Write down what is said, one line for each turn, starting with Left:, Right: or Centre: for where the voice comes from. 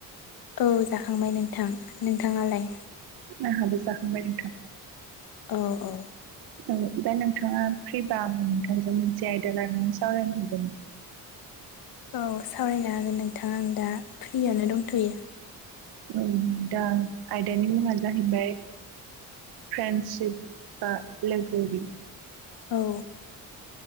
Left: औ जाखांबाय नोंथां नोंथाङालाय?
Right: आंबो जाखांबाय नोंथां
Left: औ औ
Right: औ दा नोंथाङा फ्रिबा आनो नोंथांजों मोनसे आयदा लानानै सावरायनो हरदोंमोन
Left: औ सावरायनो हागोन नोंथां आं दा फ्रियैनो दंथ'यो।
Right: औ दा आयदानि मुङा जाहैबाय फ्रेन्डसिप बा लोगोरि
Left: औ